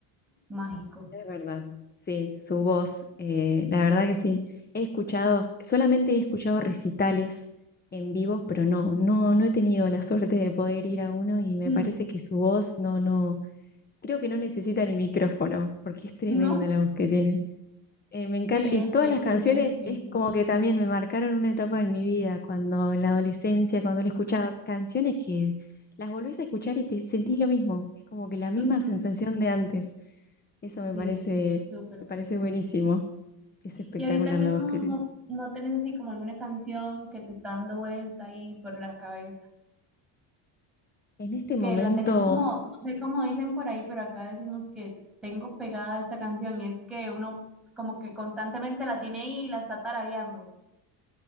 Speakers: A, in the centre; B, on the left.
A: mágico.
B: Es verdad, sí, su voz, eh, la verdad que sí. He escuchado, solamente he escuchado recitales en vivo, pero no, no, no he tenido la suerte de poder ir a uno y me
A: Mm,
B: parece que su voz no, no, creo que no necesita ni micrófono, porque es tremenda
A: No,
B: la voz que tiene. Eh, me encanta,
A: sí,
B: y
A: es-
B: todas
A: tiene
B: las canciones
A: que ser increíble.
B: es como que también me marcaron una etapa en mi vida, cuando en la adolescencia, cuando he escuchado canciones que las volvés a escuchar y te sentís lo mismo, es como que la misma
A: Ujú,
B: sensación de antes. Eso me
A: Sí,
B: parece,
A: es súper
B: me
A: bello.
B: parece buenísimo, es espectacular
A: Y ahorita mismo
B: la voz que
A: no,
B: tiene.
A: no tenés así como alguna canción que te está dando vuelta ahí por la cabeza.
B: En este momento,
A: que la tenés como, no sé cómo dicen por ahí, pero acá decimos que tengo pegada esta canción y es que uno como que constantemente la tiene ahí y la está tarareando.